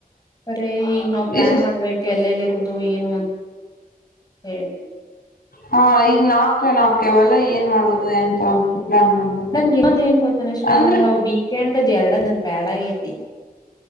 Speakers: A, on the left; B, on the left.
A: ಸರಿೀ ಈಗ ನಾವ್ ಪ್ಲಾನ್
B: ಈ ಹ
A: ಮಾಡ್ಬೇಕು ಎಲ್ಲೆಲ್ಲಿ ಇರು ಅದು ಏನು ಅಂತ ಹೇಳಿ
B: ಹಾ ಈಗ ನಾಕ್ತ್ವ ನಾಕವಲ್ಲ ಏನ್ ಮಾಡುದು ಎಂತ ಅಂತ ಪ್ಲಾನ್ ಮಾಡ್ಬೇಕು
A: ನನ್ಗೆ ಇನ್ನೊಂದು ಏನ್ ಗೋತಾನ ಶ್ರೇ
B: ಅಂದ್ರ
A: ನನ್ಗ ವೀಕೆಂಡ್ದ ಎರಡ ಬ್ಯಾಡ ಗತಿ